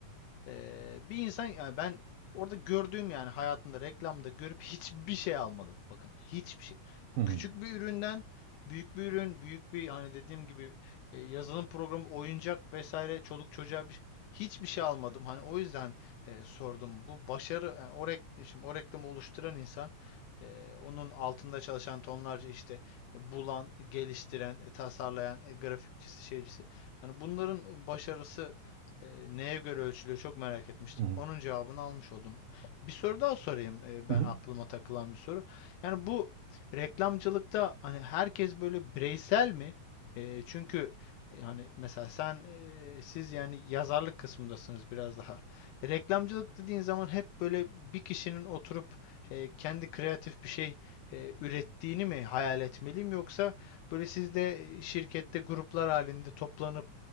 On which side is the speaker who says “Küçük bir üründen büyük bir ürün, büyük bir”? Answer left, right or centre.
Left